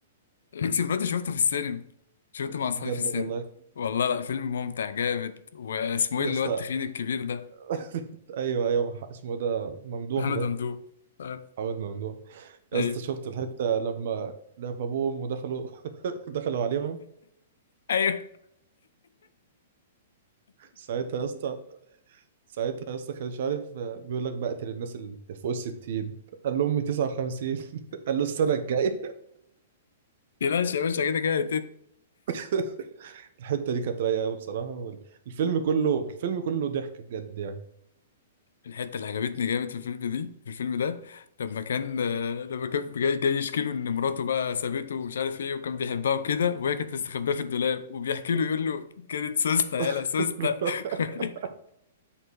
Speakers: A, on the left; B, on the right.
A: اكس مراتي شفته في السينما شفته مع اصحابي
B: بجد
A: في السينما
B: والله
A: والله لا فيلم ممتع جامد واسمه
B: يا
A: ايه اللي
B: اسطى
A: هو التخين الكبير ده
B: <laughs> ايوه ايوه اسمه إيه ده ممدوح
A: محمد
B: ده
A: ممدوح آه.
B: حاول ممدوح
A: ايوه
B: يا اسطى شفت الحته لما لما ابوه وامه <laughs> دخلوا دخلوا عليهم
A: ايوه
B: ساعتها يا اسطى ساعتها يا اسطى كان مش عارف بيقول لك بقتل الناس اللي فوق ال 60 قال له امي 59 <laughs> قال له السنه الجايه
A: تلاش يا باشا كده كده
B: <laughs> الحته دي كانت رايقه قوي بصراحه وال- الفيلم كله الفيلم كله ضحك بجد يعني
A: الحته اللي عجبتني جامد في الفيلم دي في الفيلم ده لما كان آه، لما كان جاي جاي يشكي له ان مراته بقى سابته ومش عارف ايه وكان بيحبها وكده وهي كانت مستخباه في الدولاب وبيحكي له يقول له كانت سوسته يالا
B: <laughs>
A: سوسته <laughs>